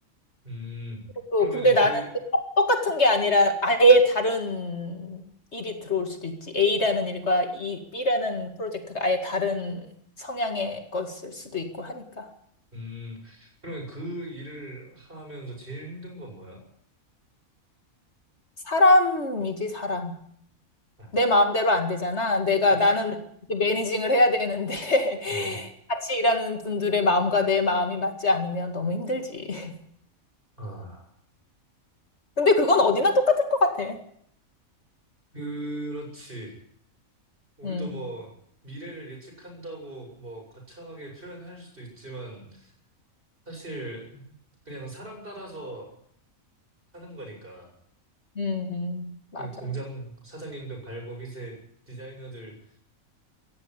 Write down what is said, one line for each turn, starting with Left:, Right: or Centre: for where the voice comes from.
Right: 음.
Left: 또
Right: 그러면은
Left: 근데
Right: 그,
Left: 나는 그 똑- 똑같은 게 아니라 아예 다른 일이 들어올 수도 있지. A라는 일과 이 B라는 프로젝트가 아예 다른 성향의 것일 수도 있고 하니까.
Right: 음, 그러면 그 일을 하면서 제일 힘든 건 뭐야?
Left: 사람이지, 사람.
Right: 아,
Left: 내 마음대로 안 되잖아. 내가
Right: 아,
Left: 나는 이제 매니징을 해야 되는데 <laughs>
Right: 어, <laughs>
Left: 같이 일하는 분들의 마음과 내 마음이 맞지 않으면 너무 힘들지. <laughs>
Right: 아,
Left: 근데 그건 어디나 똑같을 것 같아.
Right: 그렇지. 우리도
Left: 음,
Right: 뭐, 미래를 예측한다고 뭐, 거창하게 표현할 수도 있지만, 사실, 그냥 사람 갈아서 사는 거니까.
Left: 음, 음. 맞아.
Right: 그 공장 사장님들 갈고, 밑에 디자이너들